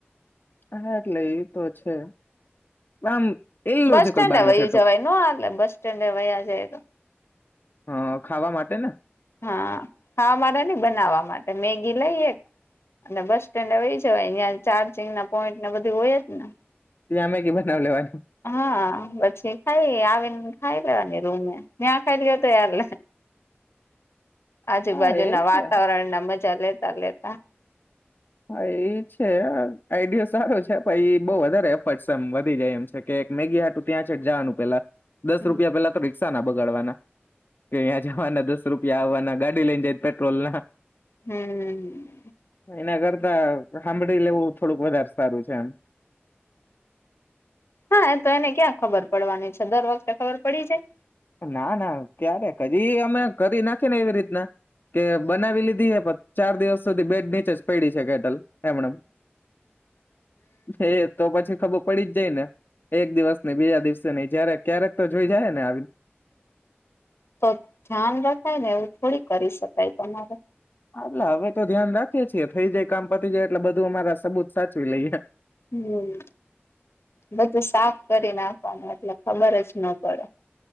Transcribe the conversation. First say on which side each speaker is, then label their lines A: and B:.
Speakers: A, on the left (about 55°); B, on the left (about 85°).
A: હા, એટલે એ તો છે આમ ઇલોજકલ
B: બસ સ્ટેન્ડે
A: બાના
B: વયૂ
A: છે ટોક
B: જવાય નો હાલે બસ સ્ટેન્ડે વયા જઇએ તો?
A: હા, ખાવા માટે ને?
B: હા, હા મારે નહી બનાવવા માટે મેગી લઈ એક અને બસ સ્ટેન્ડ એ વઈ જવાય ન્યા ચાર્જિંગના પોઈન્ટને બધું હોય જ ને.
A: ત્યાં મેગી બનાવી લેવાની.
B: હા પછી ખાઈ આવીને ખાઈ લેવાની રૂમે ત્યાં ખાઈ લઈએ તોય હાલે. આજુબાજુના
A: હા એ
B: વાતાવરણના
A: છે
B: મજા લેતા લેતા.
A: હા એ છે આઈડયો સારો છે પ એ બહુ વધારે એફરસ્ટ એમ વધી જાય એમ છે. કે એક મેગી હાટું ત્યાં છેટ જાવાનું પેલા દસ
B: હમ
A: રૂપિયા પેલા તો રિક્ષાના બગાડવાના. કે અહીં જાવાના દસ રૂપિયા આવવાના ગાડી લઈને જાય તો પેટ્રોલના.
B: હમ
A: એના કરતા સાંભળી લેવું થોડુંક વધારે સારું છે એમ.
B: હા તો એને ક્યાં ખબર પડવાની છે દર વખતે ખબર પડી જાય?
A: ના, ના ક્યારે કદી અમે કરી નાખી ને, એવી રીતના. કે બનાવી લીધી, હ ચાર દિવસ સુધી બેડ નીચે જ પડી છે, કેટલ એમણે એમ.
B: <unintelligible>
A: હ. તો પછી ખબર પડી જ જાય ને, એક દિવસ નઈ, બીજા દિવસે નઈ, જયારે ક્યારેક તો જોઈ જાય ને આવીને.
B: તો ધ્યાન રખાય ને, એવું થોડી કરી શકાય તમારે.
A: હાટલે હવે તો ધ્યાન રાખીએ છીએ, થઈ જાય કામ પતી જાય, એટલે બધું અમારા સબૂત સાચવી લઈએે.
B: હમ. બધું સાફ કરી નાખવાનું, એટલે ખબર જ ન પડે.